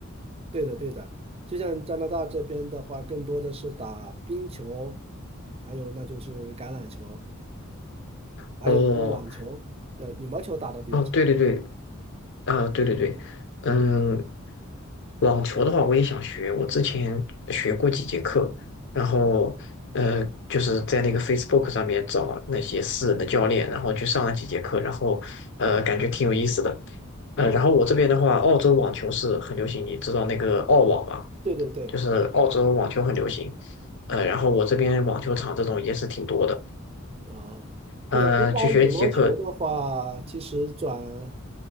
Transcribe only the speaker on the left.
哦
哦，对对对，啊，对对对，嗯，网球的话我也想学，我之前学过几节课，然后呃，就是在那个 Facebook 上面找那些私人的教练，然后去上了几节课，然后呃，感觉挺有意思的。
呃，然后我这边的话，澳洲网球是很流行，你知道那个澳网吗？
就是澳洲网球很流行，呃，
然后我这边网球场这种也是挺多的，
呃，
去学几节课，